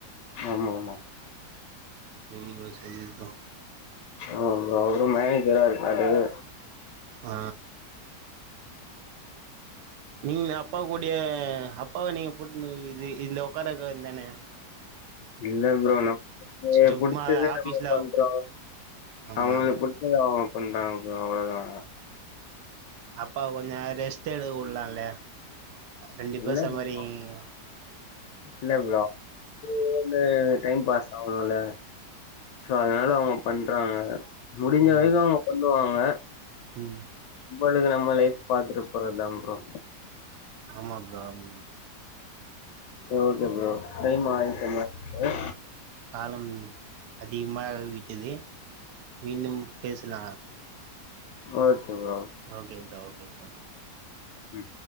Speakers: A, on the left (about 80°); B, on the right (about 75°).
A: ஆமா ஆமா
B: சரி ப்ரோ சரி ப்ரோ
A: ஆமா ப்ரோ அவரு மேனேஜரா இருக்காரு
B: ஆ நீங்க அப்பா கூட அப்டியே அப்பாவ நீங்க போட்டுன்னு இது இதுல ஒக்கார வக்க வேண்டி தான
A: இல்ல ப்ரோ நமக்கு
B: சும்மா
A: புடிச்சதே
B: ஆஃபீஸ்ல
A: நம்ம பண்றோ
B: உக்கா ஆமா
A: அவுங்களுக்கு பிடிச்சத அவுங்க பண்றாங்க ப்ரோ அவ்ளதா
B: அப்பாவ கொஞ்சோ ரெஸ்ட் எடுக்க வுடலால்ல ரெண்டு
A: இல்ல
B: பேரு சம்பாரிக்கீங்க
A: ப்ரோ இல்ல ப்ரோ ஃபோனு டைம் பாஸ் கவல இல்ல சோ அதனால அவுங்க பண்றாங்க முடிஞ்ச
B: ம்
A: வரைக்கு அவுங்க பண்ணுவாங்க
B: ம்
A: இப்போதைக்கு நம்ம லைஃப் பாத்துட்டு போறதுதா ப்ரோ
B: ஆமா ப்ரோ ஆமா ப்ரோ
A: சரி ஓகே ப்ரோ டைம் ஆகிருச்சா
B: ஓகே
A: பாக்குறே
B: காலம் அதிகமாகி விட்டது மீண்டும் பேசலா
A: okay bro
B: okay bro okay bro
A: ம்